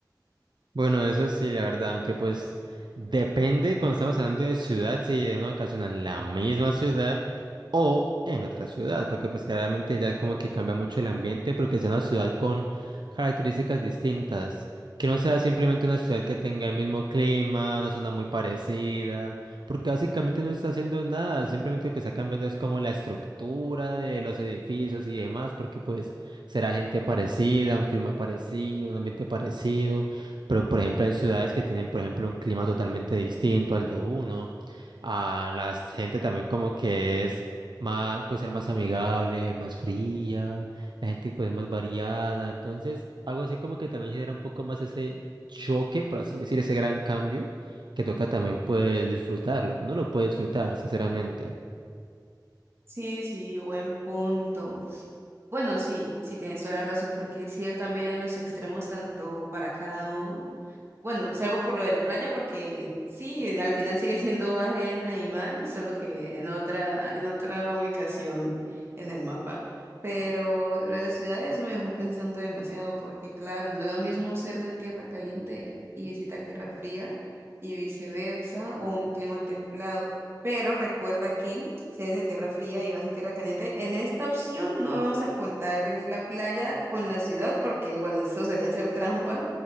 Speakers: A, on the right; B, on the right.
A: Bueno, eso sí, la verdad, aunque pues depende cuando estamos hablando de ciudad, si de una ocasión en la misma ciudad o en otra ciudad, porque pues claramente ya como que cambia mucho el ambiente porque es una ciudad con características distintas, que no sea simplemente una ciudad que tenga el mismo clima, una zona muy parecida, porque básicamente no está haciendo nada, simplemente lo que está cambiando es como la estructura de los edificios y demás, porque pues será gente parecida, un clima parecido, un ambiente parecido. Pero, por ejemplo, hay ciudades que tienen, por ejemplo, un clima totalmente distinto al de uno. A la gente también como que es más, puede ser más amigable, más fría, la gente pues más variada. Entonces, algo así como que también genera un poco más ese choque, por así decir, ese gran cambio que toca también pues disfrutarlo, que uno lo puede disfrutar, sinceramente.
B: Sí, sí, buen punto. Bueno, sí, sí tienes toda la razón, porque es ir también en los extremos, tanto para cada uno. Bueno, salvo por lo de la playa, porque sí, al final sigue siendo arena y mar, solo que en otra, en otra ubicación en el mapa. Pero lo de las ciudades me dejó pensando demasiado, porque claro, no es lo mismo ser de tierra caliente y visitar tierra fría y viceversa, o un clima templado. Pero recuerda que si eres de tierra fría y vas a tierra caliente, en esta opción no vamos a contar la playa con la ciudad, porque bueno, eso sería hacer trampa